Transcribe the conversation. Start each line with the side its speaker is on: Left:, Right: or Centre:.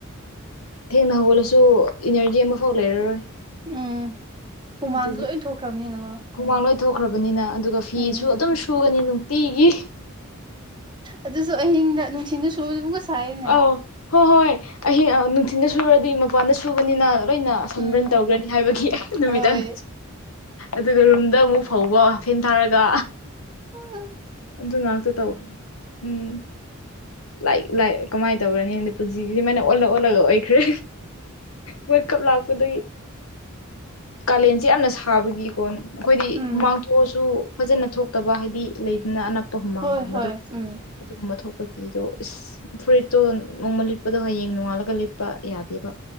Left: ꯊꯦꯡꯅ ꯍꯧꯒꯣꯠꯂꯁꯨ ꯏꯅꯔꯖꯤ ꯑꯃꯐꯥꯎ ꯂꯩꯔꯔꯣꯏ
Right: ꯎꯝ ꯍꯨꯃꯥꯡꯁꯨ
Left: ꯑꯗꯨꯒꯤ
Right: ꯂꯣꯏ ꯊꯣꯛꯈ꯭ꯔꯕꯅꯤꯅꯀꯣ
Left: ꯍꯨꯃꯥꯡ ꯂꯣꯏꯊꯣꯛꯈ꯭ꯔꯕꯅꯤꯅ ꯑꯗꯨꯒ ꯐꯤꯁꯨ
Right: ꯎꯝ
Left: ꯑꯗꯨꯝ ꯁꯨꯒꯅꯤ ꯅꯨꯡꯇꯤꯒꯤ
Right: ꯑꯗꯨꯁꯨ ꯑꯍꯤꯡꯗ ꯅꯨꯡꯁꯤꯗꯨ ꯁꯨ ꯑꯗꯨꯝꯒ ꯁꯥꯏꯅ
Left: ꯑꯧ ꯍꯣꯏ ꯍꯣꯏ ꯑꯍꯤꯡ ꯅꯨꯡꯊꯤꯅ ꯁꯨꯔꯗꯤ ꯃꯄꯥꯟꯗ ꯁꯨꯕꯅꯤꯅ ꯂꯣꯏꯅ ꯁꯟꯕ꯭ꯔꯟ
Right: ꯎꯝ
Left: ꯇꯧꯈ꯭ꯔꯅꯤ ꯍꯥꯏꯕꯒꯤ ꯑꯩ ꯅꯨꯃꯤꯗꯥꯡ
Right: ꯍꯣꯏ
Left: ꯑꯗꯨꯒ ꯔꯨꯝꯗ ꯑꯃꯨꯛ ꯐꯧꯕ ꯐꯦꯟ ꯊꯥꯔꯒ
Right: ꯑ
Left: ꯑꯗꯨ ꯉꯥꯛꯇ ꯇꯧꯋꯤ ꯎꯝ ꯂꯥꯏꯛ ꯂꯥꯏꯛ ꯀꯃꯥꯏꯅ ꯇꯧꯔꯅꯤ ꯈꯪꯗꯗꯤ ꯄꯨꯟꯁꯤ ꯁꯤꯃꯅ ꯑꯣꯜꯂ ꯑꯣꯜꯂꯒ ꯑꯣꯏꯈ꯭ꯔꯦ ꯋꯥꯔꯜ ꯀꯞ ꯂꯥꯛꯄꯗ ꯀꯥꯂꯦꯟꯁꯦ ꯌꯥꯝꯅ ꯁꯥꯕꯒꯤꯀꯣ ꯑꯩꯈꯣꯏꯗꯤ
Right: ꯎꯝ
Left: ꯍꯨꯃꯥꯡ ꯊꯣꯛꯑꯁꯨ ꯐꯖꯅ ꯊꯣꯛꯇꯕ ꯍꯥꯏꯗꯤ ꯂꯩꯗꯅ ꯑꯅꯛꯄ ꯍꯨꯃꯥꯡꯒꯨꯝꯕꯗꯣ
Right: ꯍꯣꯏ ꯍꯣꯏ ꯎꯝ
Left: ꯑꯗꯨꯒꯨꯝꯕ ꯊꯣꯛꯄꯒꯤꯗꯣ ꯏꯁ ꯐꯨꯔꯤꯠꯇꯣ ꯅꯣꯡꯃ ꯂꯤꯠꯄꯗꯣ ꯍꯌꯦꯡ ꯅꯣꯡꯉꯥꯜꯂꯒ ꯂꯤꯠꯄ ꯌꯥꯗꯦꯕ